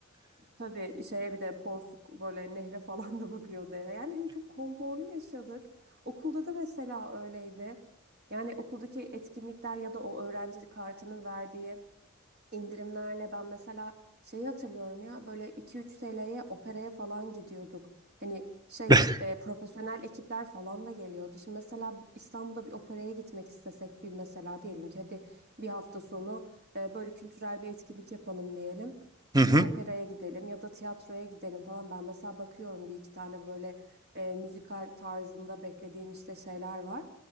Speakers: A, on the right (about 55°); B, on the right (about 20°).
A: Tabii şeye bir de Porsuk böyle nehre falan da bakıyordu eve. Yani hani çok konforlu yaşadık. Okulda da mesela öyleydi. Yani okuldaki etkinlikler ya da o öğrenci kartının verdiği İndirimlerle ben mesela şeyi hatırlıyorum ya böyle 2-3 TL'ye operaya falan gidiyorduk. Hani şey
B: <laughs>
A: e, profesyonel ekipler falan da geliyordu. Şimdi mesela İstanbul'da bir operaya gitmek istesek bir mesela diyelim ki hadi bir hafta sonu e, böyle kültürel bir etkinlik yapalım diyelim.
B: Hı
A: Bir
B: hı.
A: operaya gidelim ya da tiyatroya gidelim falan. Ben mesela bakıyorum bir iki tane böyle e, müzikal tarzında beklediğim işte şeyler var.